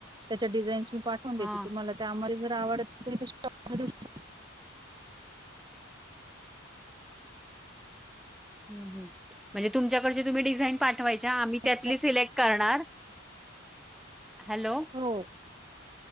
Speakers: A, on the right (about 20°); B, in the centre.
A: त्याच्या डिझाईन्स मी पाठ वून देते,
B: हां.
A: तुम्हाला त्यामध्ये जर आवड <unintelligible>
B: हं, हं. म्हणजे, तुमच्याकडची तुम्ही डिझाईन पाठवायच्या, आम्ही त्यातली
A: शकता.
B: सिलेक्ट करणार हॅलो?
A: हो.